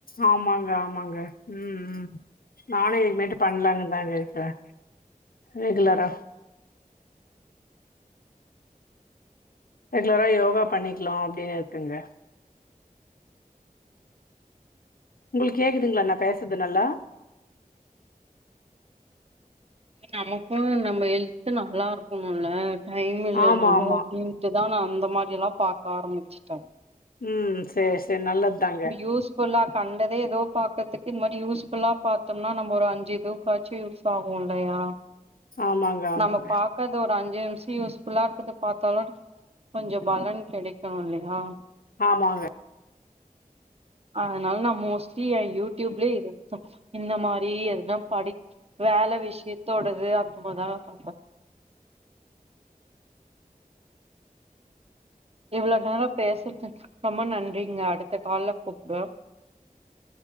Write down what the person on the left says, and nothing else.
ஆமாங்க ஆமாங்க ம் ம் நானு இதுமேட்டு பண்ணலாங்க தான் இருக்கேன் ரெகுலரா ரெகுலரா யோகா பண்ணிகலாம்அப்டின்னு இருகுங்க உங்களுக்கு கேகுதுங்களா நா பேசறது நல்லா
ஆமா
ஆமா
ம் செர் செர் நல்லது தாங்க
ஆமாங்க ஆமாங்க
ஆமாங்க